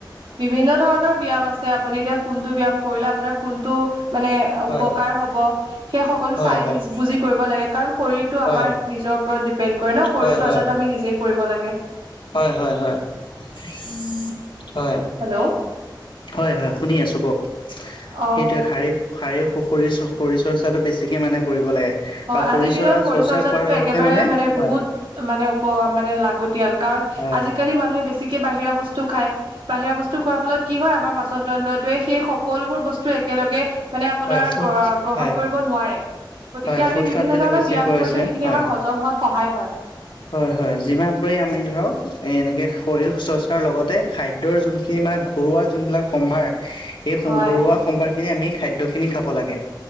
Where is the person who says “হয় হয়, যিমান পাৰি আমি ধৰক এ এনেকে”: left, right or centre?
Left